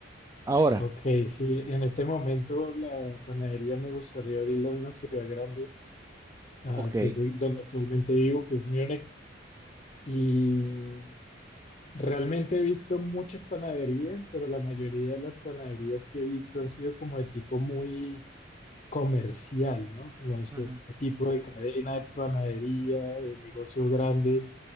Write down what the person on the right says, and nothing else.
Ahora,
ok.
ujú,